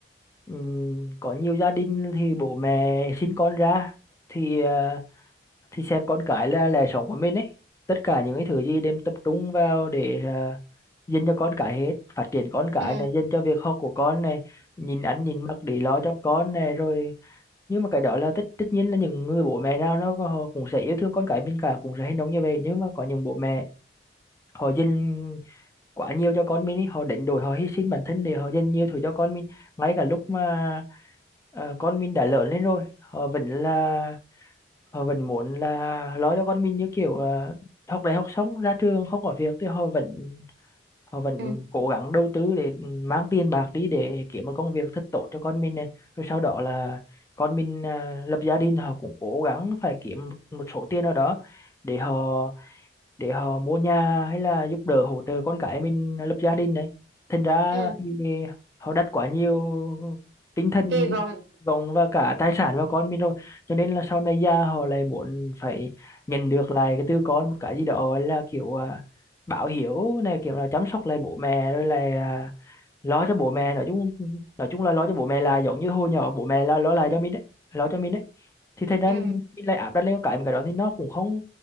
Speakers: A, on the left; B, on the right.
A: ừm, có nhiều gia đình thì bố mẹ sinh con ra thì ờ, thì xem con cái là lẽ sống của mình ấy tất cả những cái thứ gì đem tập trung vào để uh, dành cho con cái hết phát triển con cái
B: ừ
A: này dành cho việc học của con này nhìn ăn nhìn mặc để lo cho con này rồi nhưng mà cái đó là tất tất nhiên là những người bố mẹ nào nó có- họ cũng sẽ yêu thương con cái mình cả cũng sẽ hành động như vậy nhưng mà có những bố mẹ họ dành quá nhiều cho con mình ấy. họ đánh đổi họ hy sinh bản thân để họ dành nhiều thứ cho con mình ngay cả lúc mà ờ, con mình đã lớn lên rồi họ vẫn là họ vẫn muốn là lo cho con mình như kiểu ờ, học đại học xong ra trường không có việc thì họ vẫn họ vẫn
B: ừ
A: cố gắng đầu tư để mang tiền bạc đi để kiếm một công việc thật tốt cho con mình này rồi sau đó là con mình ờ, lập gia đình họ cũng cố gắng phải kiếm một một số tiền nào đó để họ để họ mua nhà hay là giúp đỡ hỗ trợ con cái mình lập gia đình này thành ra
B: ừ
A: thì họ đặt quá nhiều tinh thần
B: kỳ vọng
A: vọng và cả tài sản vào con mình rồi cho nên là sau này già họ lại muốn phải nhận được lại cái từ con một cái gì đó gọi là kiểu à, báo hiếu này kiểu là chăm sóc lại bố mẹ rồi là lo cho bố mẹ nói chung nói chung là lo cho bố mẹ là giống như hồi nhỏ bố mẹ là lo lại cho mình đấy lo cho mình đấy thì thành ra
B: ừ
A: mình lại áp đặt lên cái một cái đó thì nó cũng không